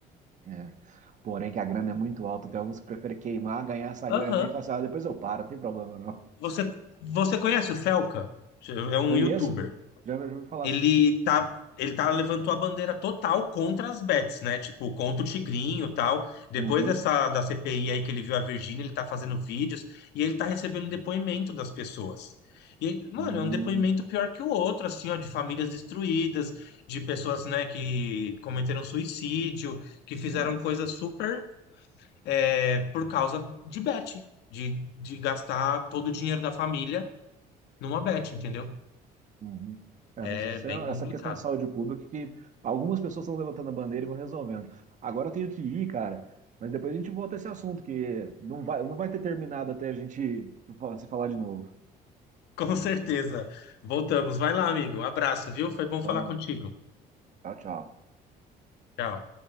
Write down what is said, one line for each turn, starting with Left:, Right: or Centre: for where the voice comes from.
Right: É. Porém, que a grana é muito alta, tem alguns que preferem queimar, ganhar essa
Left: Aham.
Right: grana aí e falar assim, ah, depois eu paro, não tem problema não.
Left: Você, você conhece o Felca? É um
Right: Conheço,
Left: youtuber.
Right: já já ouvi falar
Left: Ele
Right: assim.
Left: tá, ele tá levantou a bandeira total contra as bets, né? Tipo, contra o Tigrinho e tal. Depois
Right: Uhum.
Left: dessa da CPI aí que ele viu a Virgínia, ele tá fazendo vídeos e ele tá recebendo um depoimento das pessoas. E, mano,
Right: Hum,
Left: é um depoimento pior que o outro, assim, ó, de famílias destruídas, de pessoas, né, que cometeram suicídio, que fizeram
Right: nossa.
Left: coisas super, é, por causa de bet, de, de gastar todo o dinheiro da família numa bet, entendeu?
Right: Uhum. É,
Left: É
Right: mas essa
Left: bem
Right: é,
Left: complicado.
Right: essa questão de saúde pública que algumas pessoas estão levantando a bandeira e vão resolvendo. Agora eu tenho que ir, cara, mas depois a gente volta a esse assunto, que não vai, não vai ter terminado até a gente se falar de novo.
Left: Com certeza. Voltamos. Vai lá, amigo. Abraço, viu? Foi bom
Right: Ah,
Left: falar contigo.
Right: tchau, tchau.
Left: Tchau.